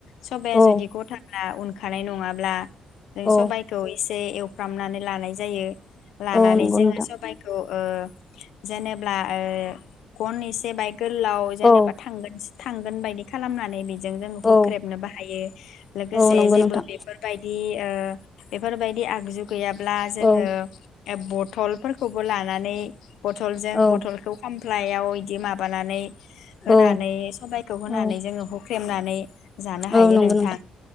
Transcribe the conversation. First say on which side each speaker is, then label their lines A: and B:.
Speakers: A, on the left; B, on the left.
A: सबाया
B: औ
A: जुदि गथाब्ला उन खानाय नङाब्ला
B: औ
A: सबाइखौ एसे फ्रामनानै लानाय जायो। लानानै
B: औ नंगौ
A: जोङो
B: नोंथां
A: सबायखौ ओ जेनेब्ला ओ <unintelligible> गोलाव जेनेबा
B: औ
A: थांगोन थांगोन बायदि खालामनानै बिदि जों जों हुख्रेबनो
B: औ
A: बाहायो लोगोसे
B: औ नंगौ
A: जेबो
B: नोंथां
A: बेफोरबायदि ओ बेफोरबायदि आगजु गैयाब्ला जोङो
B: औ
A: बथल फो खौबो लानानै बथलजों
B: औ
A: बथलखौ खामफ्लाय आव बिदि माबानानै होनानै
B: औ
A: सबायखौ होनानै
B: औ
A: जोङो हुख्रेमनानै जानो हायो
B: औ नंगौ
A: नोंथां